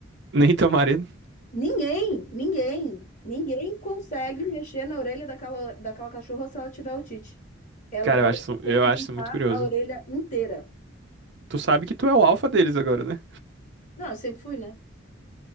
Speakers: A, on the right (about 55°); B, on the left (about 35°).
A: <laughs> Nem teu marido.
B: Ninguém, ninguém, ninguém consegue mexer na orelha daquela, daquela cachorra se ela tiver otite. Ela
A: Cara,
B: deixa
A: eu acho isso, eu
B: eu limpar
A: acho isso muito curioso.
B: a orelha inteira.
A: Tu sabe que tu é o alfa deles agora, né?
B: Não, eu sempre fui, né?